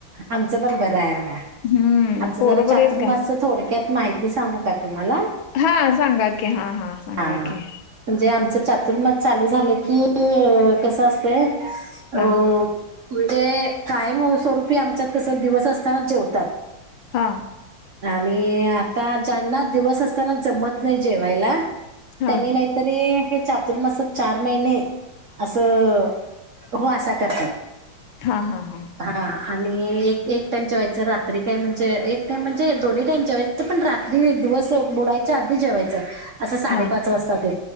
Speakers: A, on the right; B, on the left.
A: आमचं पण बरं आहे आमचं
B: हम्म पोरं
A: जरा
B: बरी
A: चातुर्मासच
B: आहेत का
A: थोडक्यात माहिती सांगू काय? तुम्हाला
B: हा सांगा की हा सांगा
A: हा,
B: की
A: म्हणजे आमच -- चातुर्माद चालू झालं की कस असतंय
B: हा
A: अ म्हणजे कायम स्वरूपी आमच्यात कस दिवस असताना जेवतात.
B: हा.
A: आणि आता ज्यांना दिवस असताना जमत नाही जेवायला.
B: हा
A: त्यांनी नाहीतरी हे चातुर्मासात चार महिने असं हो असा करत
B: हां हां हां
A: हा आणि एक - एक टाइम जेवायचं रात्री काय म्हणजे एक टाइम म्हणजे दोन्ही टाईम जेवायचं पण रात्री दिवस बुडायच - च्या आधी जेवायचं असं साडेपाच,
B: हां
A: वाजता ते